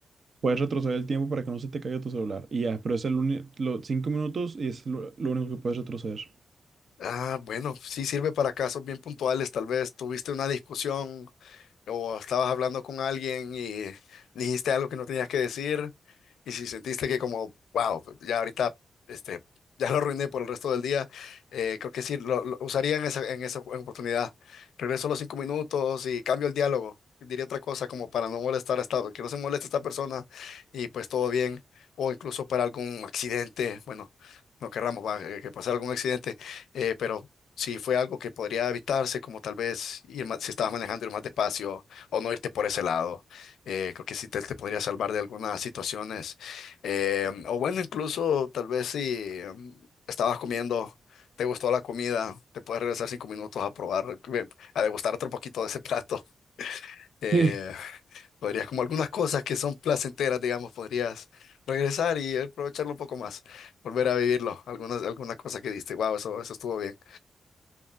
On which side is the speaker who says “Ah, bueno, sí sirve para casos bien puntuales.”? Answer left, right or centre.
Left